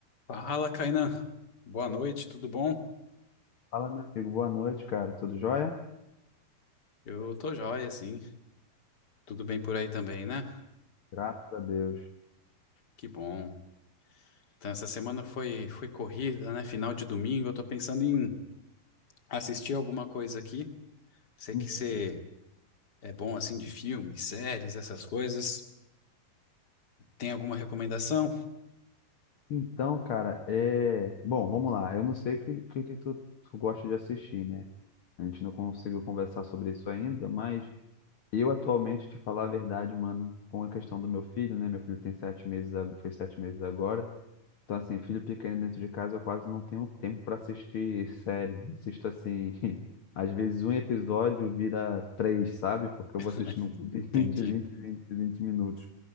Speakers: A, on the left; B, on the left.
A: Fala, Kainan. Boa noite, tudo bom?
B: Fala, meu amigo. Boa noite, cara. Tudo jóia?
A: Eu tô joia, sim. Tudo bem por aí também, né?
B: Graças a Deus.
A: Que bom. Então, essa semana foi, foi corrida, né? Final de domingo. Eu tô pensando em assistir alguma coisa aqui. Sei
B: Uhum.
A: que você é bom, assim, de filmes, séries, essas coisas. Tem alguma recomendação?
B: Então, cara, é... Bom, vamos lá. Eu não sei o que, que, que tu, tu gosta de assistir, né? A gente não conseguiu conversar sobre isso ainda, mas eu atualmente, te falar a verdade, mano, com a questão do meu filho, né? Meu filho tem sete meses, a- fez sete meses agora. Então, assim, filho pequeno dentro de casa, eu quase não tenho tempo para assistir série. Assisto, assim, <laughs> às vezes um episódio vira três, sabe? Porque eu
A: <laughs>
B: vou assistindo <laughs>
A: Entendi.
B: vinte vinte vinte 20 minutos.